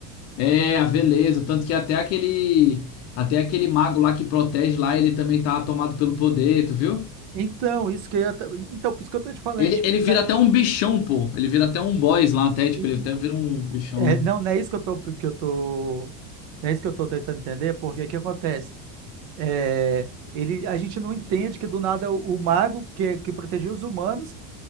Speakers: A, on the left; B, on the right.
A: É, a veleza Tanto que até aquele, até aquele mago lá que protege lá, ele também tá tomado pelo poder, tu viu?
B: Então, isso que eu, ia ta- então, por isso que eu tô te falando,
A: Ele,
B: tipo,
A: ele
B: pra-
A: vira até um bichão, pô. Ele vira até um boss lá, até, tipo,
B: e- e-
A: ele até vira um bichão,
B: é,
A: né?
B: não, não é isso que eu tô, que eu tô, não é isso que eu tô tentando entender, porque o que acontece? É, ele, a gente não entende que do nada o, o mago que, que protegia os humanos,